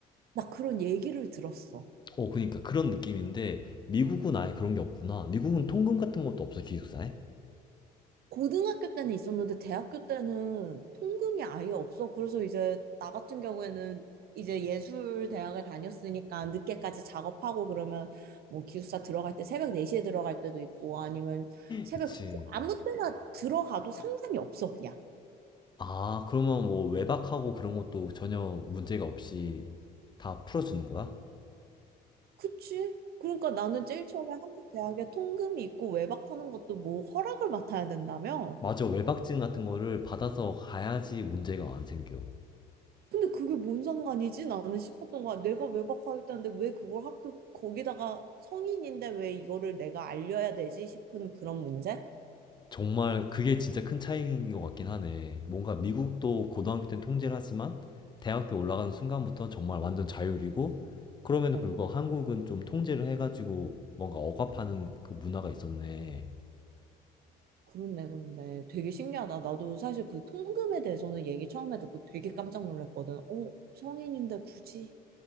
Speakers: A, on the right; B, on the left.
A: 나 그런 얘기를 들었어.
B: 어, 그러니까 그런 느낌인데 미국은 아예 그런 게 없구나. 미국은 통금 같은 것도 없어 기숙사에?
A: 고등학교 때는 있었는데 대학교 때는 통금이 아예 없어. 그래서 이제 나 같은 경우에는 이제 예술 대학을 다녔으니까 늦게까지 작업하고 그러면 뭐 기숙사 들어갈 때 새벽 4시에 들어갈 때도 있고 아니면 새벽
B: 그치.
A: 두 시 아무 때나 들어가도 상관이 없어 그냥.
B: 아, 그러면 뭐 외박하고 그런 것도 전혀 문제가 없이 다 풀어주는 거야?
A: 그치? 그러니까 나는 제일 처음에 한국 대학에 통금이 있고 외박하는 것도 뭐 허락을 맡아야 된다며?
B: 맞아, 외박증 같은 거를 받아서 가야지 문제가 안 생겨.
A: 근데 그게 뭔 상관이지? 나는 싶었던 거야. 내가 외박하겠다는데 왜 그걸 학교 거기다가 성인인데 왜 이거를 내가 알려야 되지 싶은 그런 문제?
B: 정말 그게 진짜 큰 차이인 것 같긴 하네. 뭔가 미국도 고등학교 때는 통제를 하지만 대학교 올라가는 순간부터는 정말 완전 자율이고 그럼에도
A: 어,
B: 불구하고 한국은 좀 통제를 해가지고 뭔가 억압하는 그 문화가 있었네.
A: 그렇네, 그런데 되게 신기하다. 나도 사실 그 통금에 대해서는 얘기 처음에 듣고 되게 깜짝 놀랐거든. 어, 성인인데 굳이